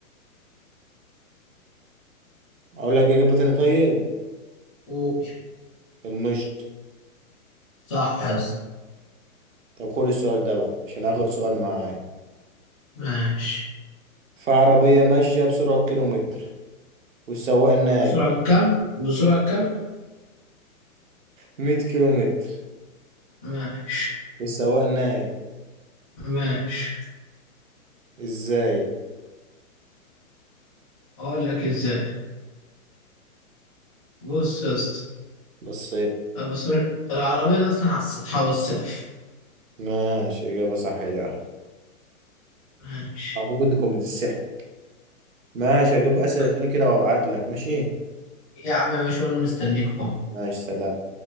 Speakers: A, on the right; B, on the left.
A: اقول لك اجابه تاني طيب
B: قول
A: المشط
B: صح يا اسطى
A: طب خد السؤال ده بقى عشان اخر سؤال معايا
B: ماشي
A: في عربيه ماشيه بسرعه كيلومتر والسواق نايم
B: بسرعة كم بسرعة كم
A: 100 كيلومتر
B: ماشي
A: والسواق نايم
B: ماشي
A: ازاي
B: اقول لك ازاي بص يا اسطى
A: بس
B: بس العربية دي اصلا على السطح والسقف
A: ماشي إجابة صحيحة
B: ماشي
A: أو ممكن تكون بتتسحب ماشي أجيب
B: ممكن
A: أسئلة تاني كده وأبعت لك ماشي
B: يا عم ماشي وانا مستنيكم
A: ماشي سلام